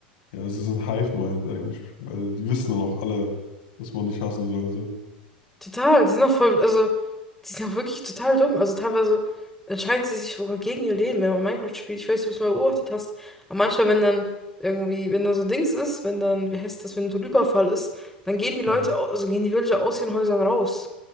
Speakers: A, on the left; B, in the centre.
A: Ja, das ist ein Hive-Mind eigentlich, weil die wissen dann auch alle, dass man nicht hassen sollte.
B: Total, die sind auch voll, also, die sind auch wirklich total dumm. Also teilweise entscheiden sie sich sogar gegen ihr Leben, wenn man Minecraft spielt. Ich weiß, nicht, ob du es mal beobachtet hast. Aber manchmal, wenn dann irgendwie, wenn dann so ein Dings ist, wenn dann, wie heißt das, wenn so ein Überfall ist, dann gehen die Leute,
A: Mhm.
B: au- also gehen die Villager aus ihren Häusern raus